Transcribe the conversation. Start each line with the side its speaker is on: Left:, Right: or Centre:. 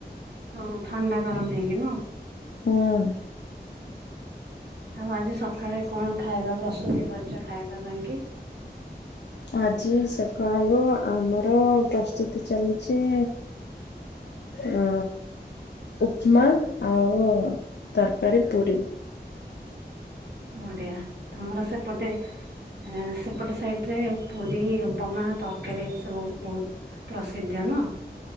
Right: ହଁ ଥଣ୍ଡା ଗରମ ହେଇକି ନୁହଁ?
Left: ହଁ।
Right: ଆଉ ଆଜି ସକାଳେ କଣ ଖାଇବା ପ୍ରସ୍ତୁତି କରିଛ ଖାଇବା ପାଇଁ କି?
Left: ଆଜି ସକାଳୁ ଆମର ପ୍ରସ୍ତୁତି ଚାଲିଛି ହଁ, ଉପମା ଆଉ ତରକାରୀ ପୁରି।
Right: ବଢିଆ ତମର ସେପଟେ ଏଁ ସେ ଏପଟେ ସାଇଟରେ ପୁରୀ ଉପମା ତରକାରୀ ସବୁ ବହୁତ ପ୍ରସିଧ୍ୟ ନୁହଁ?